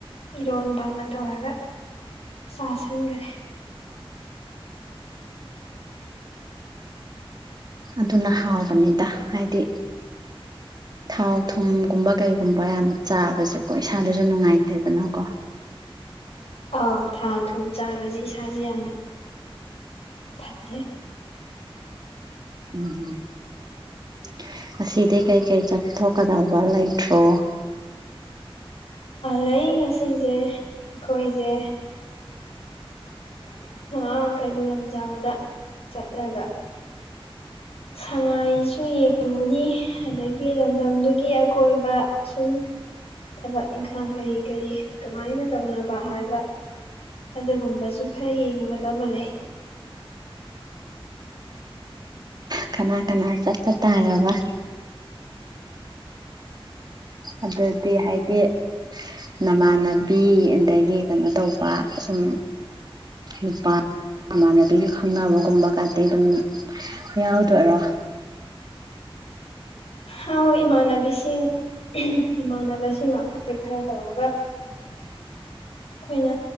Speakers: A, on the left; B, on the right.
A: ꯏꯔꯣꯟꯕ ꯑꯃ ꯇꯧꯔꯒ ꯆꯁꯤꯟꯈꯔꯦ
B: ꯑꯗꯨꯅ ꯍꯥꯎꯕꯅꯤꯗ ꯍꯥꯏꯗꯤ ꯊꯥꯎ ꯊꯨꯝꯒꯨꯝꯕ ꯀꯩꯒꯨꯝꯕ ꯌꯥꯝ ꯆꯥꯕꯁꯦꯀꯣ ꯏꯁꯥꯗꯁꯨ ꯅꯨꯡꯉꯥꯏꯇꯦꯗꯅꯀꯣ
A: ꯑ ꯊꯥꯎ ꯊꯨꯝ ꯆꯥꯕꯁꯦ ꯏꯁꯥꯁꯦ ꯌꯥꯝꯅ ꯐꯠꯇꯦ
B: ꯎꯝꯝ ꯑꯁꯤꯗꯤ ꯀꯩꯀꯩ ꯆꯠꯊꯣꯛꯀꯗꯧꯕ ꯂꯩꯇ꯭ꯔꯣ
A: ꯂ ꯉꯁꯤꯁꯦ ꯑꯩꯈꯣꯏꯁꯦ ꯑ ꯀꯩꯕꯨꯜ ꯂꯝꯖꯥꯎꯗ ꯆꯠꯂꯒ ꯁꯉꯥꯏꯁꯨ ꯌꯦꯡꯉꯨꯅꯤ ꯑꯗꯒꯤ ꯂꯝꯗꯝꯗꯨꯒꯤ ꯑꯀꯣꯏꯕ ꯁꯨꯝ ꯊꯕꯛ ꯏꯪꯈꯥꯡ ꯀꯔꯤ ꯀꯔꯤ ꯀꯃꯥꯏꯅ ꯇꯧꯅꯕ ꯍꯥꯏꯕ ꯑꯗꯨꯒꯨꯝꯕꯁꯨ ꯈꯔ ꯌꯦꯡꯉꯨꯒꯗꯕ ꯂꯩ
B: ꯀꯅꯥ ꯀꯅꯥ ꯆꯠꯄ ꯇꯥꯔꯕ ꯑꯗꯨꯗꯤ ꯍꯥꯏꯗꯤ ꯅꯃꯥꯟꯅꯕꯤ ꯑꯗꯒꯤ ꯀꯩꯅꯣ ꯇꯧꯕ ꯁꯨꯝ ꯅꯨꯄꯥ ꯃꯃꯥꯟꯅꯕꯤꯁꯨ ꯈꯪꯅꯕꯒꯨꯝꯕ ꯀꯇꯤ ꯑꯗꯨꯝ ꯌꯥꯎꯗꯣꯏꯔꯣ
A: ꯍꯥꯎ ꯏꯃꯥꯟꯅꯕꯤꯁꯤꯡ ꯏꯃꯥꯟꯅꯕꯁꯤꯡ ꯑꯩꯈꯣꯏ ꯏ ꯈꯔ ꯇꯧꯔꯒ ꯑꯩꯈꯣꯏꯅ